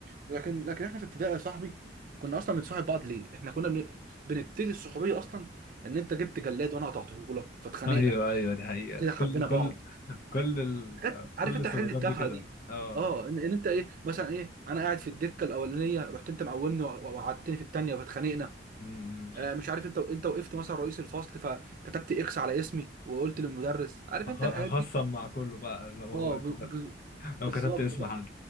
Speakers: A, on the right; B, on the left.
A: لكن لكن احنا في ابتدائي يا صاحبي كنا اصلا بنصاحب بعض ليه احنا كنا بن- بنبتدي الصحوبيه اصلا ان انت جبت جلاد وانا قطعته لك فاتخانقنا
B: ايوه ايوه دي حقيقة
A: كده حبينا
B: كل كل
A: بعض
B: كل ال...
A: حاجات عارف
B: كل
A: انت
B: الصداقات
A: الحاجات التافهه
B: دي كده
A: دي
B: اه
A: اه ان, ان انت ايه مثلا ايه انا قاعد في الدكه الاولانيه رحت انت مقومني وق- وقعدتني في الثانيه فاتخانقنا
B: امم
A: آه مش عارف انت انت وقفت مثلا رئيس الفصل فكتبت اكس على اسمي وقلت للمدرس عارف
B: هخ-
A: انت الحاجات
B: هخصم
A: دي
B: مع كله بقى لو هو
A: اه ب...
B: كتبت
A: ب...
B: لو
A: بالظبط
B: كتبت اسم حد